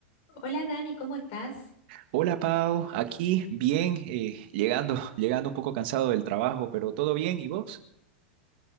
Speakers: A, on the left; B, on the right.
A: Hola Dani, ¿cómo estás?
B: Hola Pau, aquí bien, eh, llegando, <laughs> llegando un poco cansado del trabajo, pero todo bien, ¿y vos?